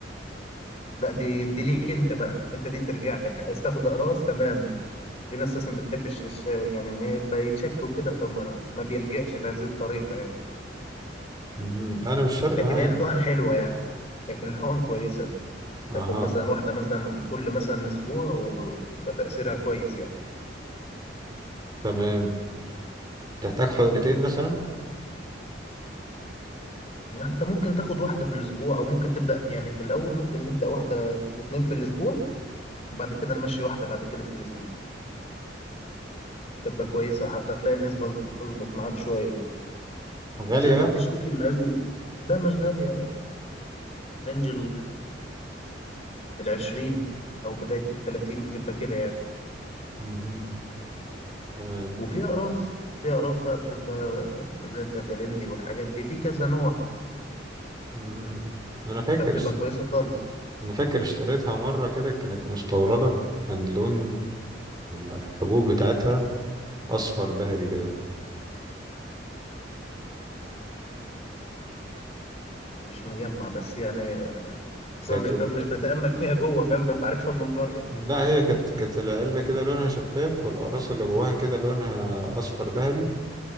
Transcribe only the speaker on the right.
مم، انا مش فارق
معايا
اها
تمام تحتاج حقنتين مثلا
غالية
بقى
مهم. تمام
مهم. أنا فاكر
أنا فاكر اشتريتها مرة كده كانت مستوردة كان لون الحبوب بتاعتها أصفر ذهبي كده
كانت
لا هي كانت كانت العلبة كده لونها شفاف والأقراص اللي جواها كده لونها أصفر ذهبي